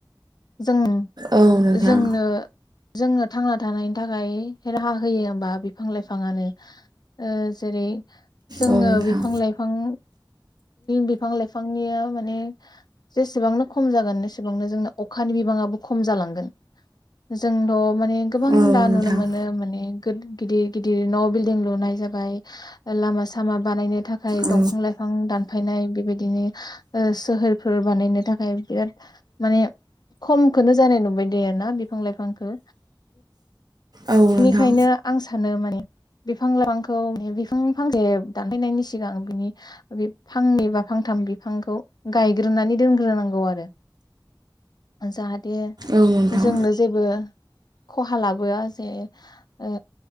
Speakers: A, on the left (about 65°); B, on the right (about 65°).
A: जों
B: औ नोंथां
A: जोंनो जोंनो थांना थानायनि थाखाय राहा होयो होमबा बिफां लाइफाङानो ओ जेरै जोङो
B: औ नोंथां
A: बिफां लाइफां फां बिफां लाइफांनिया माने जेसेबांनो खम जागोन एसेबांनो जोंनो अखानि बिबाङाबो खम जालांगोन जोंथ' माने गोबां
B: औ
A: दा
B: नोंथां
A: नुनो मोनो माने गिदिर गिदिर न' बिल दिं लुनाय जाबाय लामा सामा बानायनो थाखाय
B: औ
A: दंफां लाइफां दानफायनाय बेबायदिनो ओ सोहोरफोर बानायनो थाखाय बिराद माने खमखोनो जानाय नुबाय दे ना बिफां लाइफांखौ
B: औ नोंथां
A: बेनिखायनो आं सानो माने बिफां लाइफांखौ बिफां फांसे दानफैनायनि सिगां बिनि बे फांनै बा फांथाम बिफांखौ गायग्रोनानै दोनग्रोनांगौ आरो जाहाथे
B: औ नोंथां
A: जोंनो जेबो खहा लाबोआ जे ओ